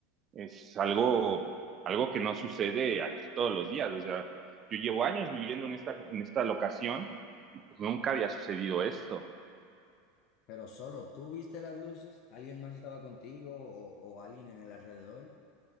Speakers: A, on the right; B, on the left.
A: es algo, algo que no sucede aquí todos los días. O sea, yo llevo años viviendo en esta, en esta locación, pues nunca había sucedido esto.
B: Pero solo tú viste las luces, alguien más estaba contigo o, o alguien en el alrededor.